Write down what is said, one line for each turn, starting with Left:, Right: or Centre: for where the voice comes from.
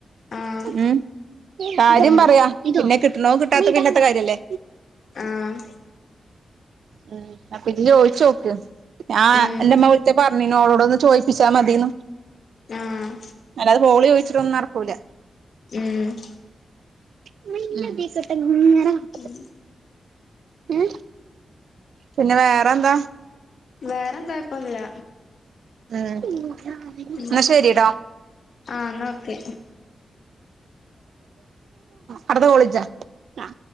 Left: ആഹ്
Right: ഉം കാര്യം
Left: ഉം
Right: പറയാ പിന്നെ കിട്ടണ കിട്ടാത്തക്കെ പിന്നെത്ത കാര്യംല്ലേ
Left: ആഹ്
Right: ഉ അപ്പൊ ഇ ചോദിച്ച നോക്ക് ആ
Left: ഉം
Right: എന്റെമ്മ വിളിച്ച പറഞ്ഞനോളോ അടൊന്ന് ചോയിപ്പിച്ചാ മതിന്ന്
Left: ആഹ്
Right: അല്ലാത് ഹോളി ചോദിച്ചിട്ടൊന്നും നടക്കൂല
Left: ഉം
Right: <unintelligible>
Left: ഉം
Right: ഉം പിന്നെ വേറെന്താ
Left: വേറെന്താ ഇപ്പൊന്നുല്ല
Right: ഉം
Left: ഉം
Right: എന്നാ ശരിട്ടോ
Left: ആഹ് അന്നാ ഓക്കെ
Right: അടുത്ത കോളിച്ചാ ആ